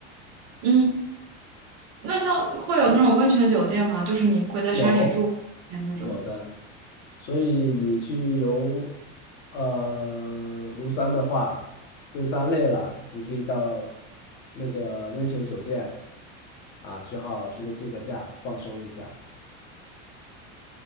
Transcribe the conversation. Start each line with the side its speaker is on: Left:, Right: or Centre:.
Right: 嗯，那像会有那种温泉酒店吗？就是你会在山里住哎那种。
Left: 有有的，所以你去游呃庐山的话，登山累了，你可以到那个温泉酒店啊，去好去个度个假，放松一下。